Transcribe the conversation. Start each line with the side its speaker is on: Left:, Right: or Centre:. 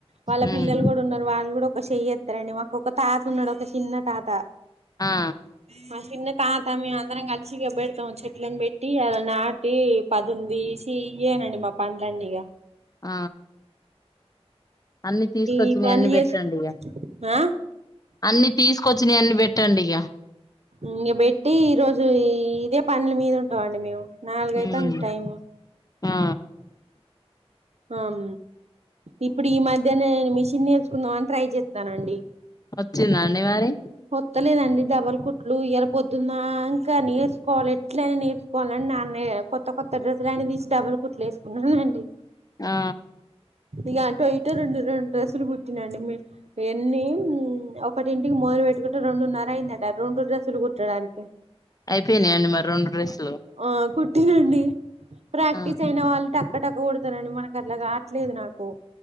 Right: వాళ్ళ
Left: మ్మ్
Right: పిల్లలు గుడ ఉన్నరు, వాళ్ళు గుడా ఒక చెయ్యి త అండి మాకు ఒక తాత ఉన్నడు ఒక చిన్న తాత,
Left: ఆ
Right: మా చిన్న తాత మేము అం అందరం కలిసి ఇగ పెడతం చెట్లలను పెట్టి ఆడ నాటి, పదును తీసి, ఇయేనండి మా పను లండిగా
Left: ఆ అన్ని తీసుకొచ్చినయి
Right: ఈ పనులు
Left: అన్ని పెట్టండి
Right: చేసు
Left: ఇగ
Right: ఆ
Left: అన్ని తీసుకొచ్చినయి అన్ని పెట్టండిగ
Right: ఇంగ బెట్టి ఈ రోజు ఇదే పనుల మీద ఉంటమండి మేము, నాలుగైతాంది
Left: మ్మ్
Right: టైము.
Left: ఆ
Right: అం ఇప్పుడు ఈ మధ్యనే నేను మిషన్ నేర్చుకుందాం అని ట్రై చేత్తనండి.
Left: వచ్చిందా అండి మరి?
Right: పోత్తలేదండి డబల్ కుట్లూ ఇయల పొద్దున్ దాంక నేర్స్ కోవాలే ఎట్ల అన్న నేర్స్ కొనన్ నన్నే కొత్త కొత్త డ్రెసూల్ అన్నీ దిషి డర్రల్కుట్లు ఎస్కున్నానుండి.
Left: ఆ
Right: ఇగా ఆటో ఇటో రెండు రెండు డ్రెస్సులు కుట్టినండి మీ ఎన్నీ ఉమ్ ఒకటింటికి మొదల్ వెట్ ఇకట రొండున్నర అయిందటా ఆ రోండు డ్రెస్సులు కుట్టడానీకే
Left: అయిపోయినాయండి మరి రొండు డ్రెస్సులు
Right: ఆ కుట్టినండి. ప్రాక్టీస్
Left: ఆ
Right: అయిన వాళ్ళు టక్క టక్క కుడ్తారండి మనక్ అట్లాగా ట్లేదు నాకు